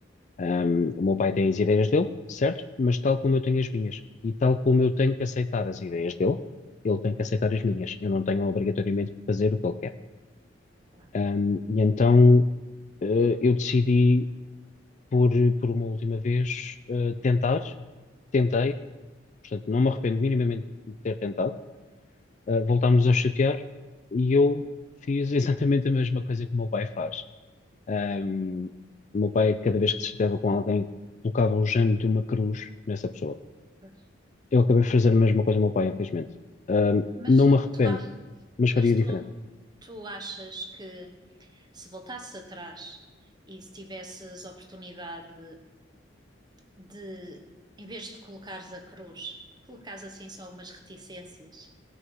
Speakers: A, on the left (about 35°); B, on the right (about 20°).
A: Um, o meu pai tem as ideias dele, certo? Mas tal como eu tenho as minhas, e tal como eu tenho que aceitar as ideias dele, ele tem que aceitar as minhas. Eu não tenho obrigatoriamente que fazer o que ele quer.
B: Claro.
A: Um, e então eh, eu decidi, por, por uma última vez, eh, tentar, tentei, portanto não me arrependo minimamente de ter tentado, eh, voltámos a chatear e eu fiz <laughs> exatamente a mesma coisa que o meu pai faz. Ahm, o meu pai, cada vez que se chateava com alguém, colocava o género de uma cruz nessa pessoa.
B: Pois.
A: Eu acabei de fazer a mesma coisa ao meu pai, infelizmente. Ahm,
B: Mas
A: não me arrependo,
B: tu, ach-
A: mas
B: mas
A: faria
B: tu,
A: diferente.
B: tu achas que se voltasses atrás e se tivesses oportunidade de, em vez de colocares a cruz, colocares assim só umas reticências